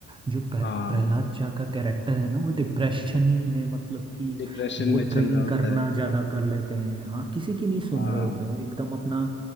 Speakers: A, on the right; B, on the left.
A: जो प्र-
B: हाँ
A: प्रहलाद चा का कैरेक्टर है ना वो डिप्रेशन ही में मतलब कि
B: डिप्रेशन
A: वो
B: में
A: ड्रिंक
B: चल रहा होता
A: करना
B: है
A: ज़्यादा कर लेते हैं हाँ किसी की नहीं सुन
B: हाँ
A: रहे होते हैं वो एकदम अपना